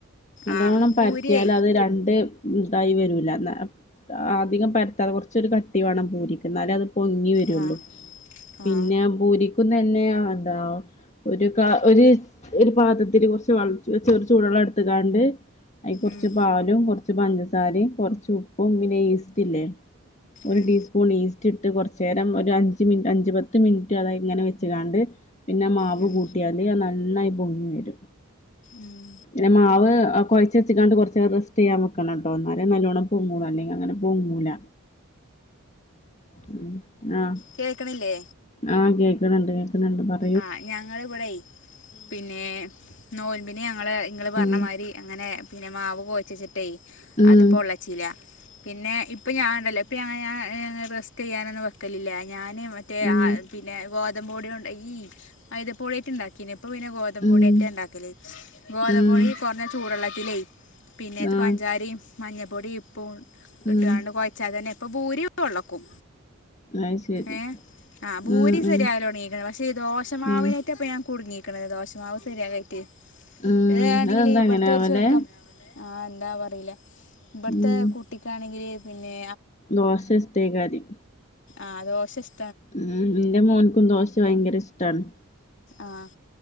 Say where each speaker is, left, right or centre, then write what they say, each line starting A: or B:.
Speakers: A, on the left; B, on the left.
A: നല്ലോണം
B: ആ ഭൂരിയേ
A: പര്ത്തിയാല് അത് രണ്ട് ഇതായി വരൂല. ഇന്ന അധികം പരത്താതെ കൊർച്ചൊരു കട്ടി വാണം പൂരിക്ക്, ഇന്നാലെ അത് പൊങ്ങി വെരൊള്ളു.
B: ആ
A: പിന്നെ
B: ആ
A: ബൂരിക്കും തന്നെ അതാ ഒര് കാ ഒര് ഒര് പാത്രത്തില് കൊർച്ച് വൾ ചെറ് ചൂടള്ളട് ത്ത്ക്കാണ്ട് അയ്ക്ക് കൊർച്ച്
B: ഉം
A: പാലും കൊർച്ച് ച്ച് പഞ്ചസാരിം, കൊർച്ച് ഉപ്പും പിന്നെ ഈസ്റ്റ്ല്ലേ ഒര്
B: ഉം
A: ടീസ് പൂൺ ഈസ്റ്റ്ട്ട്, കൊർച്ചേരം ഒരു അഞ്ച് മിൻ അഞ്ച് പത്ത് മിൻറ്റ് അതായത് ഇങ്ങനെ വെച്ച് കാണ്ട് പിന്നെ മാവ്
B: ഉം
A: കൂട്ടിയാല് അത് നന്നായി പൊങ്ങി വെരും.
B: ഉം
A: പിന്നെ മാവ് ആഹ് കൊയ്ച്ച് വെച്ച് കാണ്ട് കൊർച്ചേരം റെസ്റ്റെയ്യാൻ വെക്കണട്ടോ. ഇന്നാലേ നല്ലോണം പൊങ്ങൊള്ളു. അല്ലെങ്കിൽ അങ്ങനെ പൊങ്ങൂല. ഉം ആഹ്
B: കേക്ക്ണ്ല്ലേ?
A: ആഹ് കേക്ക്ണ് ണ്ട് കേക്ക്ണ് ണ്ട് പർ
B: ആഹ് ഞങ്ങള് വടെയ് പിന്നേ, നോൽമ്പിന് ഞങ്ങള് ഇങ്ങള് പർഞ്ഞ
A: ഉം
B: മാരി അങ്ങനെ പിന്നെ മാവ് കോയ്ച്ചച്ച്ട്ടേയ്
A: ഉം
B: അത് പൊള്ളച്ചീല. പിന്നെ ഇ ഇപ്പ ഞാൻണ്ടല്ലോ ഇപ്പ ഞാ <unintelligible> റെസ്റ്റെയ്യാനൊന്നും വെക്കലില്ല. ഞാന് മറ്റേ
A: ഉം ഉം
B: പിന്നെ ഗോതമ്പ് പൊട്യോണ്ട് ഈ മൈദപ്പൊടിയേറ്റ് ഇണ്ടാക്കീനി. ഇപ്പൊ പിന്നെ ഗോതമ്പ്
A: ഉം
B: പൊട്യേറ്റാ ഇണ്ടാക്കല്. ഗോതമ്പൊടി
A: ഉം
B: കൊർഞ്ഞ ചൂടെള്ളത്തിലെയ് പിന്നേത്ത്
A: ആഹ്
B: പഞ്ചാരിം മഞ്ഞപ്പൊടിം ഇപ്പും
A: ഉം
B: ഇട്ടാണ്ട് കൊയ് ച്ചാ തന്നെ ഇപ്പൊ ബൂരി <unintelligible> ള്ളക്കും.
A: അത് ശരി
B: ഏഹ് ആഹ് ബൂരിം
A: ഉം
B: സര്യാവലൊട്ങ്ങീക്ക്ണ്,
A: ഉം
B: പക്ഷെ ദോശമാവിനേയ്റ്റ
A: ഉം
B: ഇപ്പ ഞാൻ കുട്ങ്ങീക്ക്ണത്. ദോശമാവ് സര്യാകേയ്റ്റെ.
A: ഉം
B: ഇതാണെങ്കില്
A: അതെന്താ
B: ഇബട്ത്തെ
A: അങ്ങനെ ആവല്
B: ഒരു ചെർക്കം ആഹ് എന്താവൊ അറീല. ഇബട്ത്തേ
A: ഉം
B: കുട്ടിക്കാണെങ്കില് പിന്നേ
A: ദോശ ഇഷ്ടെയ്ക്കാരെയ്
B: ആഹ് ദോശഷ്
A: ഉം ഇന്റെ മോൻക്കും ദോശ വയ്ങ്കര ഇഷ്ടാണ്.
B: ആഹ്